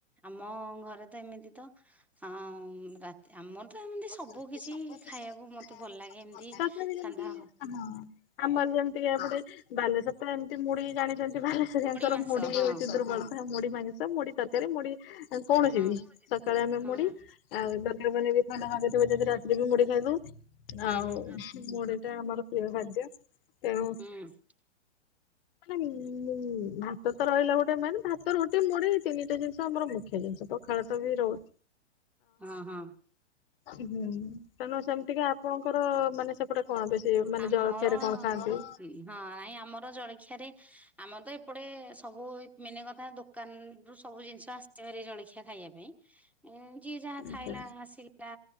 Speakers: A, in the centre; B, on the left (about 50°).
A: ଆମ ଘରେ ତ ଏମିତି ତ ଆଁମ୍ ରାତି ଆମର ତ ହେମତି
B: ତଥାପି
A: ସବୁ କିଛି ଇ ଖାଇବାକୁ ମତେ ଭଲ ଲାଗେ ଏମିତି
B: ଯେମିତି
A: ସାଧା
B: ହଁ
A: ହୋ
B: ଆମର ଯେମିତିକ ଏପଟେ ବାଲେଶ୍ୱର ତ ଏମିତି ମୁଢ଼ି ଜାଣିଛନ୍ତି। ବାଲେଶ୍ୱରୀଆଙ୍କର
A: ମାଂସ
B: ମୁଢି
A: ହଁ
B: ହୋଉଛି ଦୁର୍ବଳ। ମୁଢି ମାନ ନ୍ସ ମୁଡି ତରକାରୀ ମୁଡି କୌଣସି
A: ହଁ।
B: ବି ସକାଳେ ଆମେ
A: ହଁ
B: ମୁଡି
A: ହଁ
B: ଆଉ <unintelligible> ଥଣ୍ଡା ହ ହୁଏ ଯଦି ରାତିରେ ବି ମୁଢି ଖାଇଦୋଉ
A: ହୁଁ
B: ଆଉ
A: ହୁଁ
B: ମୁଢି ଟା ଆମର ପ୍ରିୟ ଖାଦ୍ୟ। ତେଣୁ
A: ହୁଁ
B: ମାନେ ମୁଁ ଭାତ ତ ରହିଲା ଗୋଟେ ମେନ୍ ଭାତ ରୋଟି ମୁଢି ତିନିଟା ଜିନ୍ସ ଆମର ମୁଖ୍ୟ ଜିନ୍ସ। ପଖାଳ ତ ବି ରୋହୁ
A: ଅହଁ।
B: ହୁଁ। ତାରଣୁ ସେମିତି ଆପଣଙ୍କର ମାନେ ସେପଟେ କଣ ବେଶୀ ମାନେ
A: ଆମ
B: ଜଳଖିଆରେ
A: ହଁ
B: କଣ ଖାଆନ୍ତି?
A: ନାଇଁ ଆମର ଜଳଖିଆରେ ଆମର ତ ଏପଟେ ସବୁ ମେନ କଥା ଦୋକାନରୁୁ ସବୁ ଜିନିଷ ଆସଛି ଭାରି ଜଳଖିଆ ଖାଇବା ପାଇଁ। ଉଁ ଯିଏ ଯାହା
B: ଆଚ୍ଛା
A: ଖାଇଲା ଆସିଲା